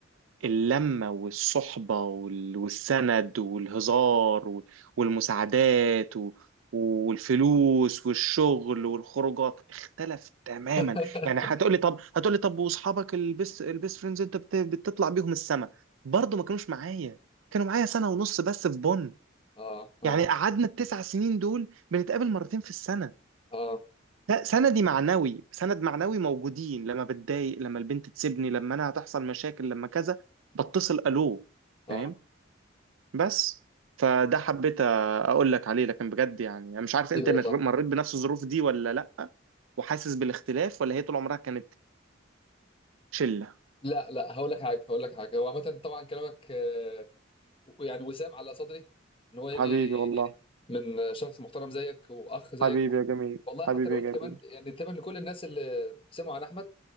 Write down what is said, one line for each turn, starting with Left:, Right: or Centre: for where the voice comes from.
Right: اللمة والصحبة وال- والسند والهزار و- والمساعدات و- والفلوس والشغل والخروجات اختلف تماما
Left: <laughs>
Right: يعني هتقولي طب هتقولي طب واصحابك البيست البيست فريندز انت بت- بتطلع بيهم السما برضه ما كانوش معايا كانوا معايا سنة ونص بس في بونن
Left: اه اه
Right: يعني قعدنا التسع سنين دول بنتقابل مرتين في السنة
Left: اه
Right: لا سندي معنوي سند معنوي موجودين لما بتضايق لما البنت تسيبني لما انا هتحصل مشاكل لما كذا بتصل الو
Left: اه
Right: فاهم بس فده حبيت اقول لك عليه لكن بجد يعني انا مش عارف انت
Left: ايه والله
Right: مر- مريت بنفس الظروف دي ولا لا وحاسس بالاختلاف ولا هي طول عمرها كانت شلة
Left: لا لا هقول لك حاجه هقول لك حاجه هو عامه طبعا كلامك آه، يعني وسام على صدري ان هو يجي
Right: حبيبي والله
Left: من شخص محترم زيك واخ زيك
Right: حبيبي يا جميل
Left: والله حتى
Right: حبيبي
Left: انا
Right: يا
Left: قلت
Right: جميل
Left: كمان يعني تقريبا لكل الناس اللي سمعوا عن احمد